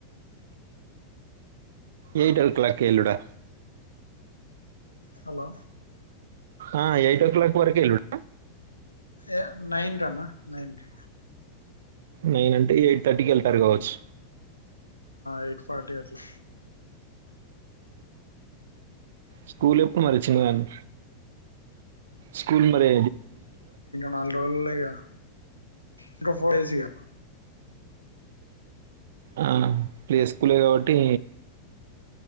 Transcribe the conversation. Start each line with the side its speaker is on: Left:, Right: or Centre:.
Right: ఏయిట్ ఓ క్లాక్ ఎల్లుడా
Left: హలో
Right: ఆ ఎయిట్ ఓ క్లాక్ వరకు ఎల్లుడా
Left: ఏ నైన్ అన్నా నైన్ కి
Right: నైన్ అంటే ఎయిట్ థర్టీకి వెళ్తారు కావచ్చు
Left: ఎయిట్ ఫార్టీ అట్లా
Right: స్కూల్ ఎప్పుడు మరి చిన్నదాని స్కూల్ మరే
Left: నాలుగు రోజులల్లయిగా ఇంక ఫోర్ డేస్ ఇగ
Right: ఆ ప్లే స్కూలే కాబట్టి